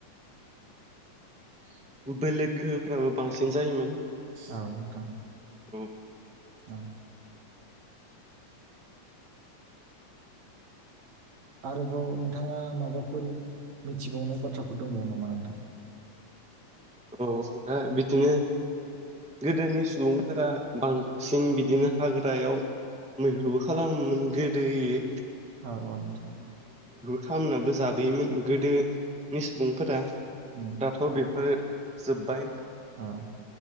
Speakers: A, on the right; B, in the centre.
A: <inaudible>
B: बोलो गोहोफ्राबो बांसिन जायोमोन।
A: औ नोंथां।
B: <inaudible>
A: औ आरोबाव नोंथाङा माबाफोर मिथिबावनाय बाथ्राफोर दंबावो नामा नोंथां? <inaudible>
B: औ दा बिदिनो गोदोनि सुबुंफोरा बांसिन बिदिनो हाग्रायाव मैहुरबो खालामोमोन गोदोयो।
A: औ औ नोंथां।
B: खामनाबो जाबोयोमोन गोदोनि सुबुंफोरा
A: उम
B: दाथ' बेफोर जोबबाय।
A: औ।